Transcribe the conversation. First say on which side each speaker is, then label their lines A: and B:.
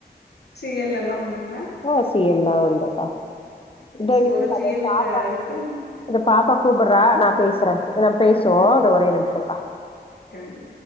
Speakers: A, on the left (about 70°); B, on the left (about 35°).
A: சி எல் எல்லா உண்டுங்க
B: ஆ சி எல் லா உண்டுக்கா இந்தா
A: சி
B: இருங்
A: ஒரு
B: சகோ
A: சி எல்
B: பாப்பா
A: க்கு அடுத்து
B: இந்த பாப்பா கூப்பிட்றா நா பேசுறே நாம் பேசுவோ இந்த ஒரே நிம்ஷங்க்கா
A: கண்டிப்